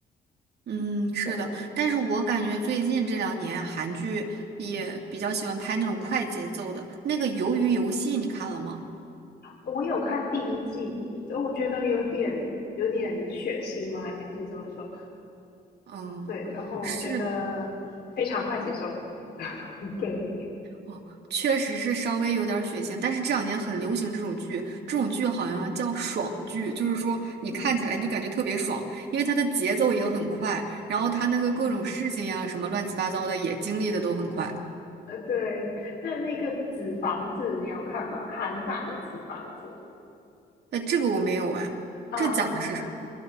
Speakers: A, on the right; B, on the left.
A: 嗯，是的，
B: 对。
A: 但是我感觉最近这两年韩剧也比较喜欢拍那种快节奏的。那个《鱿鱼游戏》，你看了吗？
B: 我有看第一季，我觉得有点有点血腥嘛，应该是这么说。
A: 嗯，
B: 对，然后我觉得非常快接受。
A: 是
B: <laughs> 对，
A: 哦，确实是稍微有点儿血腥，但是这两年很流行这种剧，
B: 嗯
A: 这种剧好像叫爽剧，就是说你看起来你就感觉特别爽，
B: 嗯
A: 因为它的节奏也很快，然后它那个各种事情呀、
B: 嗯，
A: 什么乱七八糟的也经历的都很快。
B: 呃，对。那那个《纸房子》你有看吗？韩版的《纸房子》
A: 那这个我没有哎，
B: 啊，
A: 这讲的是什么？